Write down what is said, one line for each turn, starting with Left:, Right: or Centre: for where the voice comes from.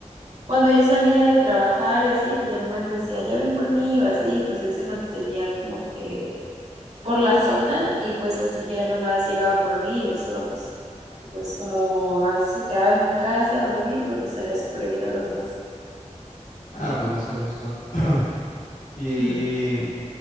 Right: Cuando yo salía de trabajar y así, pues yo nomás le decía, ya ven por mí o así, pues él se mantenía como que por la zona y pues así ya nomás llegaba por mí y nos íbamos. Y pues como a veces se quedaba en mi casa a dormir, pues nos salía súper bien a los dos.
Left: Ah, pues más a gusto. <clears throat> Y
Right: <clears throat>